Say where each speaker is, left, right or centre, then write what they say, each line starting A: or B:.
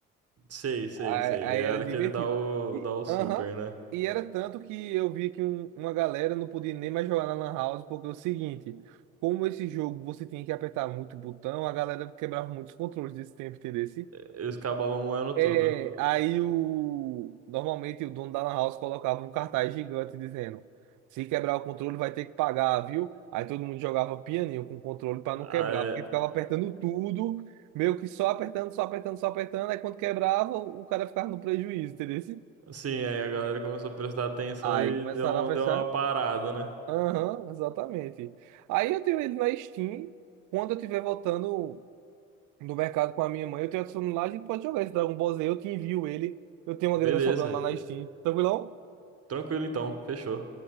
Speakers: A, on the right; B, on the right.
A: Sei, sei,
B: Aí,
A: sei.
B: aí
A: Era
B: era divertido.
A: que ele dá o,
B: E,
A: dá o super,
B: aham,
A: né?
B: e era tanto que eu vi que um- uma galera não podia nem mais jogar na Lan House, porque é o seguinte, como esse jogo você tinha que apertar muito o botão, a galera quebrava muitos controles desse tempo, entendeu?
A: Eles acabavam moendo
B: É,
A: tudo.
B: aí o normalmente o dono da lan house colocava um cartaz gigante dizendo: se quebrar o controle vai ter que pagar, viu? Aí todo mundo jogava pianinho com o controle para não quebrar,
A: Aí,
B: porque ficava apertando tudo, meio que só apertando, só apertando, só apertando, aí quando quebrava, o cara ficava no prejuízo, entendeu?
A: sim, aí a galera começou a prestar atenção
B: Aí
A: e
B: começaram
A: deu uma,
B: a pensar.
A: deu uma parada, né?
B: Aham, exatamente. Aí eu tenho ele na Steam. Quando eu estiver voltando do mercado com a minha mãe. Eu tenho adicionado lá, a gente pode jogar esse Dragon Ball Z, eu te envio ele. Eu tenho uma
A: Beleza.
B: grana sobrando lá na Steam. Tranquilão?
A: Tranquilo então. Fechou.